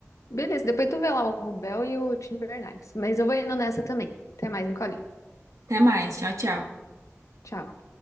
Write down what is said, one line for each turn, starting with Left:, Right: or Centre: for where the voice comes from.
Left: beleza. Depois tu vê lá o Rubel e o Tim Bernardes. Mas eu vou indo nessa também. Até mais, Nicole.
Right: Até mais, tchau, tchau.
Left: Tchau.